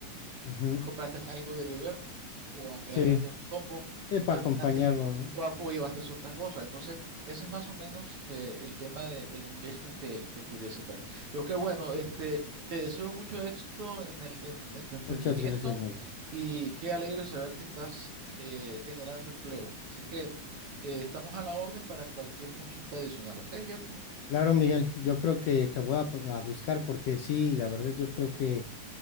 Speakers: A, on the left; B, on the right.
A: ujú,
B: y compraste algo de beber, o engrandaste
A: Sí,
B: un combo,
A: sí,
B: o
A: para
B: terminaste,
A: acompañarlo, ¿no?
B: o, a- o llevaste otra cosa. Entonces, ese es más o menos eh, el tema de- del engagement que, que pudiese ver. Pero qué bueno, este, te deseo mucho éxito en el, en, en tu emprendimiento
A: Muchas gracias, Miguel.
B: y qué alegre saber que estás eh, generando empleo. Así que eh, estamos a la orden para cualquier consulta adicional, ¿ok, Jeffrey?
A: Claro, Miguel, yo creo que te voy a, p- a buscar porque sí, la verdad yo creo que...